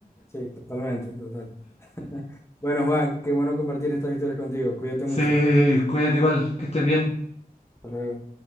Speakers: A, on the left (about 15°); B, on the left (about 45°).
A: Sí, totalmente, total. <laughs> Bueno, Juan, qué bueno compartir estas historias contigo. Cuídate
B: Sí,
A: mucho.
B: cuídate igual, que estés bien.
A: Hasta luego.